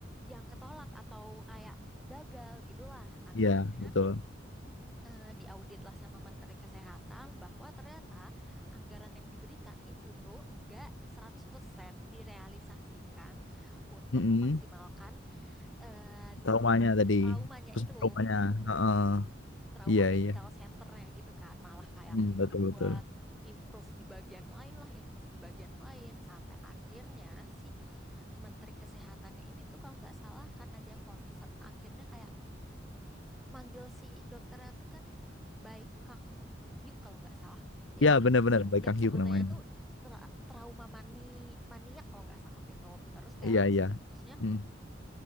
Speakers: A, in the centre; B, on the left.
A: yang ketolak atau kayak gagal gitulah akhirnya
B: Iya, betul.
A: eh, diaudit lah sama Menteri Kesehatan bahwa ternyata anggaran yang diberikan itu tuh enggak 100% direalisasikan untuk
B: Mm-mm.
A: memaksimalkan eh,
B: traumanya tadi
A: traumanya
B: pusat
A: itu.
B: traumanya Heeh.
A: trauma
B: iya
A: medical
B: iya
A: centernya gitu kan malah kayak
B: Hmm, betul betul
A: buat improve di bagian lain lah improve di bagian lain sampai akhirnya si menteri kesehatannya ini tuh kalau nggak salah karena dia concern akhirnya kayak manggil si dokternya tuh kan baik Kang Hyuk kalau nggak salah yang
B: ya benar-benar Baik
A: yang
B: Kang Hyuk
A: sebutannya
B: namanya
A: tuh tra- trauma mani maniak kalau nggak salah waktu itu terus kayak
B: iya iya
A: kasusnya
B: Hmm,